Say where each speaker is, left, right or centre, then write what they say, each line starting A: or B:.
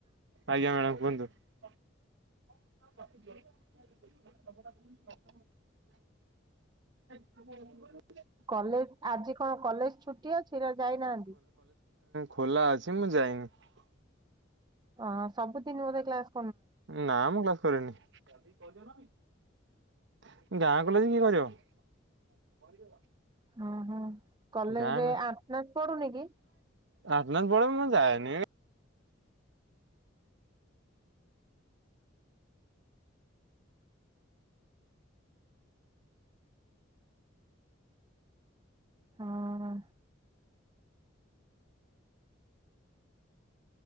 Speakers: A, on the right; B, on the right.
A: ଆଞ୍ଜା ମ୍ୟାଡମ କୁହନ୍ତୁ । <inaudible> <inaudible>
B: କଲେଜ ଆଜି କଣ କଲେଜ ଛୁଟି ଅଛି ନାଁ ଜାଇନାହାନ୍ତି ।
A: ଖୋଲାଅଛି ମୁଁ ଜାଇନ ।
B: ଅ ସବୁଦିନ ବୋଥେ କ୍ଳାସ
A: <unintelligible> <inaudible>
B: ହଁ ହୁଁ କଲେଜରେ
A: ଗାଁ
B: ଆଟ୍ ନାସ୍ ପଢୁନି କି?
A: ଆଟ୍ ନାସ୍ ପଡେ ମୁଁ ଯାଏନି।
B: ହଁ